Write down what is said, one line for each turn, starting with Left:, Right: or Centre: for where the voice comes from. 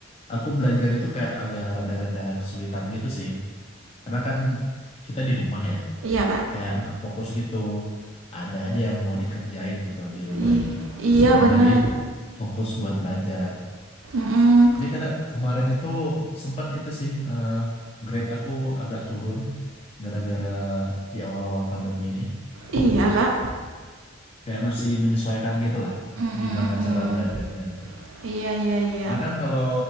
Left: aku belajar itu kayak agak rada-rada kesulitan gitu sih. Karena kan kita di rumah ya,
Right: Iya, Kak.
Left: kayak Hmm. nggak fokus gitu. Ada aja yang mau dikerjain gitu lah di rumah
Right: I-
Left: ini.
Right: iya,
Left: Selain
Right: benar.
Left: dari fokus buat belajar.
Right: Mm-mm.
Left: Jadi karena kemarin itu sempat itu sih eh, grade aku agak turun gara-gara di awal-awal pandemi ini.
Right: Iya, Kak.
Left: Kayak masih menyesuaikan gitu lah
Right: Mm-mm,
Left: gimana
Right: mm
Left: cara belajarnya gitu.
Right: Iya, iya, iya.
Left: Karena kan kalau